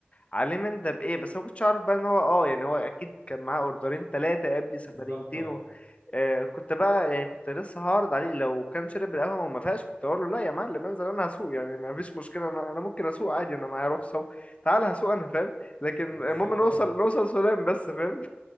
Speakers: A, on the left; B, on the right.
A: عليه من ده بايه بس ما كنتش اعرف بقى ان هو اه يعني هو اكيد كان معاه اوردرين ثلاثة قبل سفريتين
B: بالظبط اه
A: آه كنت بقى يعني كنت لسه هعرض عليه لو كان شرب القهوة وما فيهاش كنت اقول له لا يا معلم انزل انا هسوق يعني ما فيش مشكلة انا انا ممكن اسوق عادي انا معايا رخصة تعال هسوق انا فاهم لكن
B: بالظبط
A: المهم نوصل
B: اه
A: نوصل سلام بس فاهم